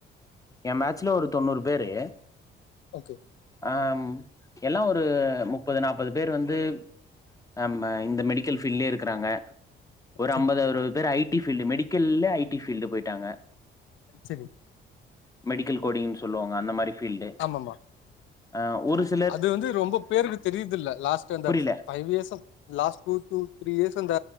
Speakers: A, on the left; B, on the left.
A: என் பேச்சுல ஒரு தொண்ணூறு பேரு
B: ஓகே
A: ஆம் எல்லா ஒரு முப்பது நாப் பது பேர் வந்து அ ம இந்த மெடிக் கல் ஃபீல்லேயே இருக்குறாங்க ஒரு
B: சரி
A: அம்பது அறுவது பேர் ஐடி ஃபீல்டு மெடிக்கல்ல ஐ டி ஃபீல்டு போய்ட்டாங்க
B: சரி
A: மெடிக்கல் கோடிங்ன் சொல்லுவாங்க அந்த மாரி ஃபீல்டு
B: ஆமாமா
A: அ ஒரு ஸ்
B: அது வந்து ரொம்ப பேருக்கு தெரியுதில்ல லாஸ்ட்டா இந்த
A: புரியல
B: ஃபைவ் இயர்ஸ் ஆ last two to three years அந்த